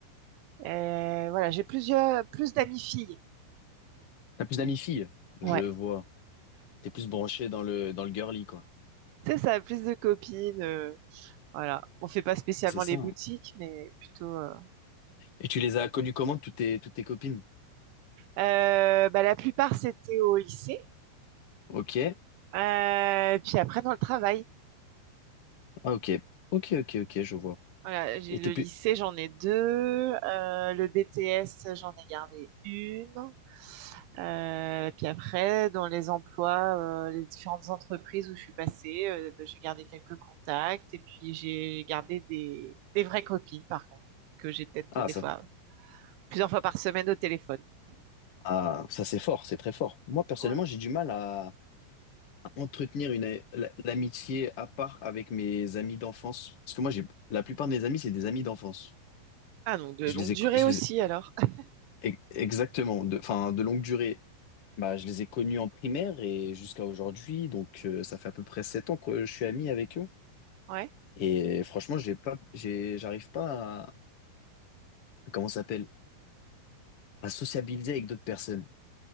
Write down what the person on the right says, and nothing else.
et voilà j'ai plusieurs plus d'amis filles
Ouais.
Tu sais, ça a plus de copines. euh, voilà. On fait pas spécialement
les
boutiques, mais plutôt. euh,
Euh, bah, la plupart, c'était au lycée.
Euh, puis après, dans le travail.
Voilà, j'ai
le
lycée, j'en ai deux. Euh, le BTS, j'en ai gardé une. Euh, puis après, dans les emplois, euh, les différentes entreprises où je suis passée, euh, bah, j'ai gardé quelques contacts. Et puis, j'ai gardé des, des vraies copines, par contre, que j'ai peut-être
des
fois plusieurs fois par semaine au téléphone.
Ouais.
Ah non, de
longue
durée
aussi
alors. <laughs>
Ouais.